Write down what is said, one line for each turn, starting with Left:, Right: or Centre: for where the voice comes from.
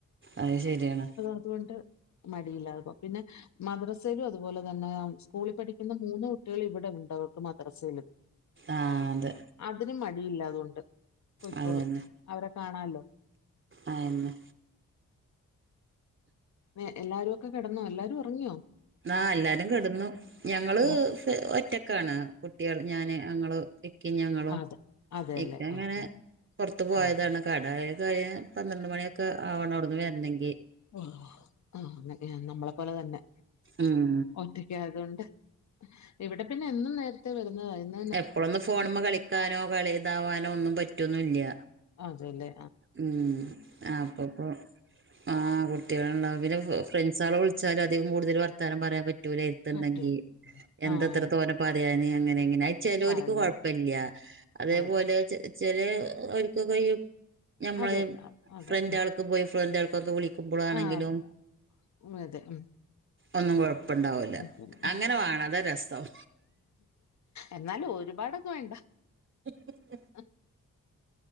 Right: അഹ്ശെരിയാണ്
Left: അതുകൊണ്ട് മടിയില്ലാതെ പോവും പിന്നെ മദ്രസെലും അതുപോലെ തന്നെ സ്കൂളി പഠിക്കുന്ന മൂന്ന് കുട്ടികള് ഇവ്ടെ ഉണ്ട് അവക്ക് മദ്രസെയിലും.
Right: ആഹ് അതെ
Left: അതിന് മടിയില്ലാതുകൊണ്ട് പോയ്ക്കോളൂ
Right: അതന്നെ
Left: അവരെ കാണാല്ലോ
Right: അയന്നെ
Left: ഏഹ് എല്ലാരും ഒക്കെ കിടന്നോ എല്ലാരും ഉറങ്ങിയോ
Right: ആഹ് എല്ലാരും കെടന്നു ഞങ്ങള്
Left: എല്ലാ
Right: ഒറ്റക്കാണ് കുട്ടികൾ ഞാന് ഞങ്ങള് ഇക്കിം ഞങ്ങളോ
Left: അതെ അതെല്ലേ
Right: ഇക്ക ഇങ്ങനെ
Left: ആഹ്
Right: പുറത്ത് പോയതാണ്
Left: ആഹ്
Right: കടായ കഴിയം പന്ത്രണ്ട് മണിയൊക്കെ ആവണം അവിടുന്ന് വരണെങ്കിൽ
Left: ഓഹ് ആഹ് ഏഹ് നമ്മളെ പോലെ തന്നെ
Right: ഉം
Left: ഒറ്റക്കായതുകൊണ്ട് ഇവിടെ പിന്നെ എന്നും നേരത്തെ വരുന്നതായിരുന്നു
Right: എപ്പോളൊന്നും ഫോണുമ്മേ കളിക്കാനോ കളി ഇതാവാനോ ഒന്നും പറ്റൊന്നില്ല
Left: അതെല്ലെ
Right: ഉം ആപ്പപ്പൊ ആഹ് കൊ കുട്ടിയാളുണ്ടാവും പിന്നെ ഫ്രണ്ട്സേളെ വിളിച്ചാലും അധികം കൂടുതൽ വർത്താനം പറയാൻ പറ്റൂലെ ത്ണ്ടങ്കി
Left: പട്ടി
Right: എന്താ
Left: ആഹ്
Right: ഇത്ര തോനെ പറയാന് അങ്ങനെ എങ്ങനെ ചെലോൽക്ക്
Left: പറഞ്ഞു
Right: കൊഴപ്പല്ല അതേപോലെ
Left: അതെ
Right: ചെ ചെലേ ഓർക്കൊക്ക ഈ ഞമ്മള്
Left: അതെ ആ, അതെ
Right: ഫ്രണ്ട്
Left: ഉം
Right: ആൾക്ക് ബോയ് ഫ്രണ്ട് ആൾക്കൊക്കെ വിളിക്ക കുമ്പളാണെകിലും
Left: ആഹ് അതെ ഉം, അതെ ഉം
Right: ഒന്നും കൊഴപ്പണ്ടാവില്ല
Left: ഉം, ഉം.
Right: അങ്ങനെ വേണം അതാ രസം
Left: എന്നാലും ഒരുപാടൊക്കെ വേണ്ട
Right: <inaudible>
Left: <inaudible>